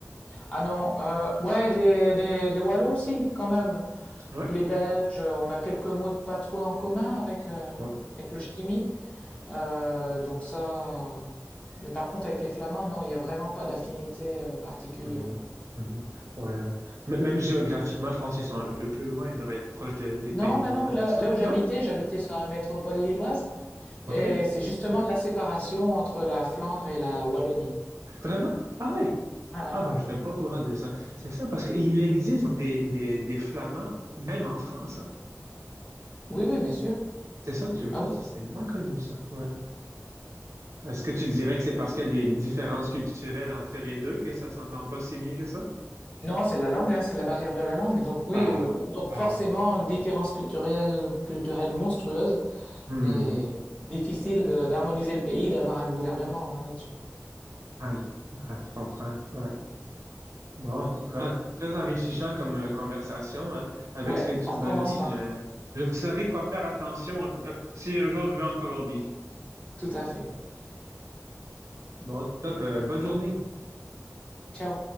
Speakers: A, on the left (about 20°); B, on the right (about 65°).
A: Ah non, euh, ouais, des, des, des Wallons, si, quand même.
B: Oui,
A: Les Belges, on a quelques mots de patois en commun avec, euh,
B: oui.
A: avec le ch'timi. Euh, donc ça... Mais par contre, avec les Flamands, non, il n'y a vraiment pas d'affinité euh, particulière.
B: Mhm. Mhm. Ouais. M- même géographiquement, je pense qu'ils sont un peu plus loin. Ils doivent être proches de- des Pays-Bas
A: Non, bah non, là,
B: et tout ça.
A: là où j'habitais,
B: Non?
A: j'habitais sur la métropole lilloise, et
B: OK.
A: c'est justement la séparation entre la Flandre et la Wallonie.
B: Vraiment? Ah ouais.
A: Ah ouais.
B: Ah ouais, je n'étais pas au courant de ça. C'est ça, parce qu'il existe des, des, des Flamands, même en France, hein.
A: Oui, oui, bien sûr.
B: C'est ça, tu vois,
A: Ah oui,
B: ça, c'est moins connu, ça. Ouais. Est-ce que tu dirais que c'est parce qu'il y a des différences culturelles entre les deux que ça s'entend pas si bien que ça?
A: Non, c'est la langue, hein, c'est la barrière de la langue. Donc oui,
B: Ah,
A: euh, donc
B: ah
A: forcément,
B: oui.
A: une différence culturelle, culturelle monstrueuse
B: Hmm.
A: et difficile de- d'harmoniser le pays, d'avoir un gouvernement hein, là-dessus.
B: Ah oui. Ah, je comprends. Ouais. Bon, en tout cas, très enrichissant comme euh, conversation. hein. Avec
A: Ouais,
B: ce que tu
A: on
B: m'as
A: recommencera.
B: dit, je, je saurai quoi faire attention en- si un jour je vais en Colombie.
A: Tout à fait.
B: Bon, top. euh, bonne journée.
A: Ciao.